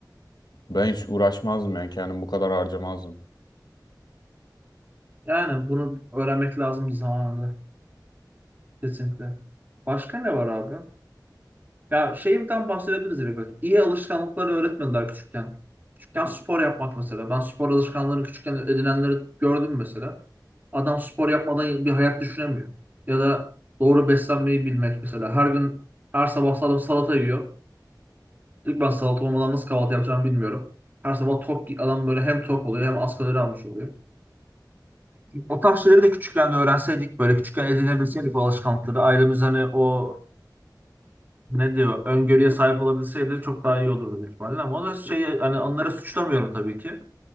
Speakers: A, on the left; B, on the right.
A: Ben hiç uğraşmazdım yani kendim bu kadar harcamazdım.
B: Yani bunu öğrenmek lazımdı zamanında. Kesinlikle. Başka ne var abi? Ya şeyden bahsedebiliriz direkt. bak. İyi alışkanlıkları öğretmediler küçükken. Küçükken spor yapmak mesela. Ben spor alışkanlığını küçükken edinenleri gördüm mesela. Adam spor yapmadan bir hayat düşünemiyor. Ya da doğru beslenmeyi bilmek mesela. Her gün, her sabah adam salata yiyor. Diyor ki ben salata olmadan nasıl kahvaltı yapacağımı bilmiyorum. Her sabah tok adam böyle hem tok oluyor hem az kalori almış oluyor. O tarz şeyleri de küçükken de öğrenseydik, böyle küçükken edinebilseydik bu alışkanlıkları. Ailemiz hani o ne diyor öngörüye sahip olabilseydi çok daha iyi olurdu büyük ihtimalle ama o da şey hani onları suçlamıyorum tabii ki.